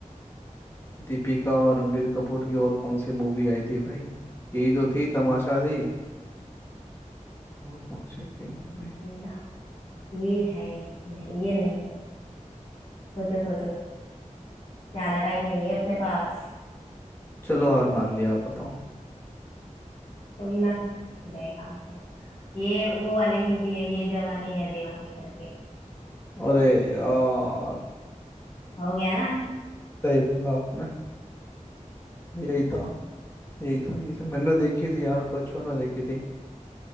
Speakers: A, on the left; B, on the left.
A: दीपिका और रणबीर कपूर की और कौन सी मूवी आई थी भाई यही तो थी तमाशा थी और कौन सी थी मूवी
B: होगी ये है नहीं ये नहीं है सोचो सोचो ज्यादा टाइम नहीं है अपने पास
A: चलो हार मान लिया आप बताओ
B: तुम ना गए काम पे ये वो वाली मूवी है ये जवानी है दीवानी करके
A: अरे यार
B: हो गया ना <laughs>
A: सही बोला आपने यही था यही था यही था मैंने देखी थी यार बचपन में देखी थी